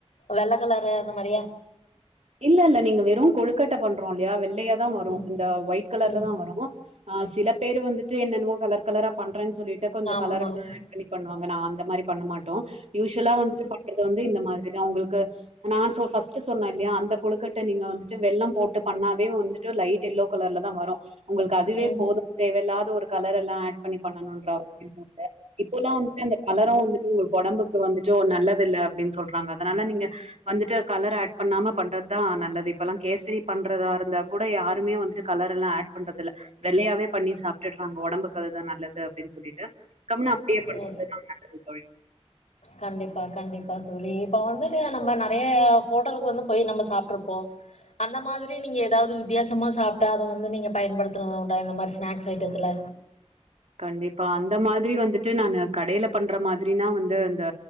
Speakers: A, on the left; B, on the right.
A: வெள்ள களறு அந்த மாரி
B: இல்ல இல்ல நீங்க வெறு கொழுக்கட்ட பண்றோ இல்லையா வெள்ளையாதா வரும்
A: ம்
B: இந்த ஒயிட் கலர்ல
A: ம்
B: தா வரும் ஆ சில பேர் வந்துட்டு என்னெனவோ கலர் கலரா பண்றேன்னு சொல்லிட்டு கொஞ்ச
A: ஆமா
B: கலர் எல்லா
A: ம்
B: ஆட் பண்ணி பண்ணுவாங்க நா அந்த மாரி பண்ண மாட்டோ யூசுவலா வந்து பண்றது வந்து இந்த மாரிதா உங்களு க்கு நா சொ ஃபர்ஸ்ட்டு சொன்னன் இல்லையா அந் த கொழுக்கட்ட நீங்க வந்துட்டு வெள்ள போட்டு பண்ணாவே வந்துட்டு லைட் எல்லோ கலர்ல தா வரும் உங்களுக்கு அதுவே
A: ம்
B: போது தேவையில்லாத ஒரு கலர் எல்லா ஆட் பண்ணி பண்ணு ரா அவசியம் இல்ல இப்பல்லா வந்துட்டு அந்த கலரு வந்துட்டு ஒடம்புக்கு வந்துட்டு நல்ல தில்ல அப்படின்னு சொல்றாங்க அதனால நீங்க வந்துட்டு கலர் ஆட் பண்ணாம பண்ற து தா நல்லது இப்பெல்லா கேசரி பண்றதா இருந்தா கூட யாருமே வந்துட்டு கலர்ல்லா ஆட் பண்றதில்ல வெள்ளையாவே பண்ணி சாப்டிட்டுறாங்க ஒடம்புக்கு அதுதா நல்லது அப்படின்னு சொல்லிட்டு கம்னு அப்டியே பண்றதுதான்
A: ஓ
B: நல்லது தோழி
A: கண்டிப்பா கண்டிப்பா தோழி இப்ப வந்துட்டு நம்ம நறைய ஹோட்டலுக்கு வந்து போய் நம்ம சாப்ட்ருப்போ அந்த மாதிரி நீங்க ஏதாவது வித்தியாசமா சாப்ட்டா அத வந்து நீங்க பயன்படுத்துறது உண்டா இந்த மாரி ஸ்நாக்ஸ் ஐட்டத்துல
B: கண்டிப்பா அந்த மாதிரி வந்துட்டு நானு கடையில பண்ற மாதிரினா வந்து அந்த